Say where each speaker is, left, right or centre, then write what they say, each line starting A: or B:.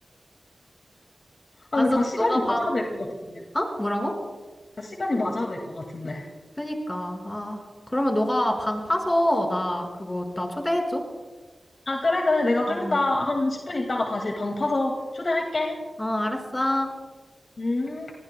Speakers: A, on the left; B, on the left.
A: 아
B: 알았어.
A: 근데 다
B: 그럼
A: 시간이
B: 너가 방,
A: 맞아야 될 것 같은데.
B: 어? 뭐라고?
A: 다 시간이 맞아야 될 것 같은데.
B: 그니까. 아, 그러면 너가 방 파서 나 그거, 나 초대해줘.
A: 아 그래 그래 내가
B: 어,
A: 좀
B: 어.
A: 이따 한 10분 있다가 다시 방 파서 초대할게.
B: 어, 알았어.
A: 음.